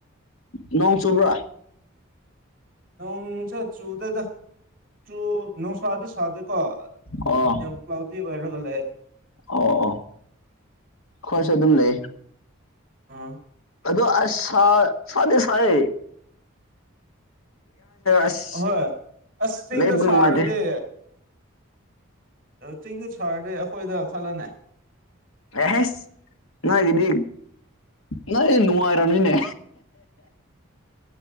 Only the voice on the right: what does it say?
ꯅꯣꯡꯁ ꯆꯨꯗꯗ ꯆ ꯅꯧ ꯁꯥ ꯁꯥꯗꯦ ꯀꯣ
ꯑꯗꯨ ꯌꯥꯝ ꯀ꯭ꯂꯥꯎꯗꯤ ꯑꯣꯏꯔꯒ ꯂꯩ
ꯑ
ꯍꯣꯏ ꯑꯁꯇꯩꯗ
ꯁꯔꯗ
ꯆꯤꯡꯗꯨ ꯁꯥꯔꯗꯤ ꯑꯩꯈꯣꯏꯗ ꯈꯜꯂꯅꯦ